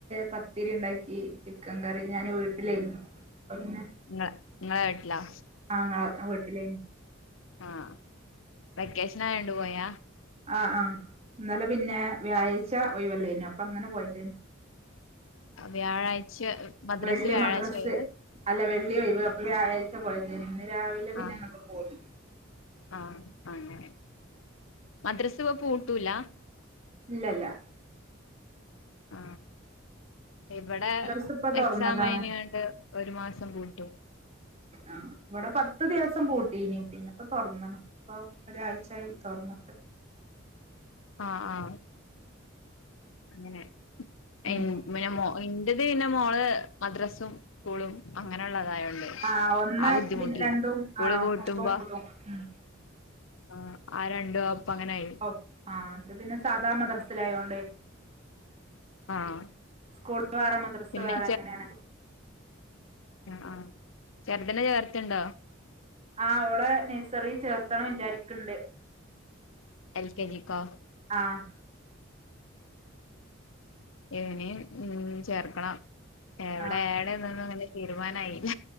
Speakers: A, on the right; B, on the left.
A: പത്തിരി ഇണ്ടാക്കി ചിക്കൻ കറി ഞാനേ വീട്ടിലേയിന്നു അപ്പം പിന്നെ
B: ഇങ്ങളെ ഇങ്ങളെ വീട്ട്ലോ
A: ആഹ് അങ്ങളെ വീട്ട്ലേയ്നു
B: ആഹ് വെക്കേഷനായോണ്ട് പോയാ?
A: ആഹ് ആഹ് ഇന്നലെ പിന്നെ വ്യാഴാഴ്ച്ച ഒഴിവെല്ലേനോ അപ്പ അങ്ങനെ പോയതേനു
B: വ്യാഴാഴ്ച്ച മദ്രസ
A: വെള്ളി
B: വ്യാഴാഴ്ച്ചെ
A: മദ്രസ്
B: ഒഴിവ്
A: അല്ല വെള്ളിയ ഒഴിവ് അപ്പ വ്യാഴാഴ്ച്ച പോയതേനു ഇന്ന് രാവിലെ പിന്നങ്ങട്ട്
B: ആഹ്
A: പോന്നു
B: ആഹ് അങ്ങനെ മദ്രസ ഇപ്പ പൂട്ടൂലാ
A: ഇല്ലല്ല
B: ആഹ് ഇവടെ
A: മദ്രസ ഇപ്പ തുറന്നതാണ്
B: എക്സാം കഴ്ഞ്ഞാണ്ട് ഒരു മാസം പൂട്ടും
A: അഹ് ഇവടെ പത്ത് ദിവസം പൂട്ടീനി പിന്നിപ്പം തൊർന്നണ് ഇപ്പം ഒരാഴ്ച്ചായി തൊർന്നട്ട്
B: ആഹ് ആഹ് അങ്ങനെ
A: ഉം
B: എം <unintelligible> ഇന്റത് പിന്നെ മോള് മദ്രസും സ്കൂളും അങ്ങനെള്ളതായോണ്ട്
A: ആഹ് ഒന്നായ്
B: ആ ബുദ്ധിമുട്ടില്ല
A: പിന്നെ രണ്ടും
B: സ്കൂള്
A: ആഹ്
B: പൂട്ടുമ്പോ
A: ഒപ്പും <unintelligible>
B: ആഹ് ആ രണ്ടും ഒപ്പങ്ങനായ്
A: ഒപ് ആഹ് അത് പിന്നെ സാദാ മദ്രസയിലായോണ്ടെ
B: ആഹ്
A: സ്കൂള് വേറെ മദ്രസ്
B: പിന്നെ
A: വേറെ അങ്ങനേണ്
B: അഹ് ആഹ് ചെർതിനെ ചേർത്തിണ്ടോ
A: ആഹ് ഓളെ നെയ്സറി ചേർത്തണം വിചാരി‌ക്കിണ്ട്
B: എൽ കെ ജി ക്കോ
A: ആഹ്
B: ഇനീം ഉം ചേർക്കണം എവ്ടെ
A: ആഹ്
B: ഏടെ <unintelligible> തീരുമാനായില്ല